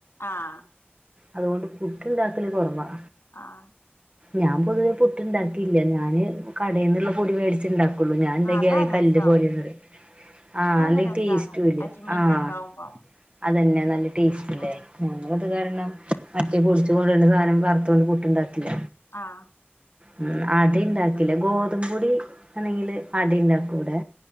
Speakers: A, on the left; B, on the right.
A: ആഹ്
B: അതുകൊണ്ട് പുട്ടുണ്ടാക്കല് കൊറവാ
A: ആഹ്
B: ഞാൻ പൊതുവെ പുട്ട്ണ്ടാക്കിയില്ല. ഞാന് കടയെന്നുള്ള പൊടി മേടിച്ചിണ്ടാക്ക് ഒള്ളു. ഞാൻ ഇണ്ടെങ്കി
A: അതാ
B: ഐ
A: രസം
B: കല്ല് പോലെന്നറിം ആഹ്
A: അതാവുമ്പോ
B: നല്ല
A: രസാണ്
B: ടേസ്റ്റ്ല്ല
A: അജ്മീന്റെ
B: ആഹ്
A: ഒക്കെ ആവുമ്പോ
B: അതന്നെ നല്ല ടേസ്റ്റ്ല്ലേ
A: ഉം
B: ഞങ്ങ അത് കാരണം അട്ടിയ പൊടിച്ച കൊണ്ടണ്ട് സാധനം വറുത്ത കൊണ്ട് കൂട്ടുണ്ടാക്കില്ല
A: ആഹ്
B: ഉം അടി ഉണ്ടാക്കില്ലേ ഗോതമ്പപൊടി അണെങ്കില് ആടി ഉണ്ടാക്കൂടെ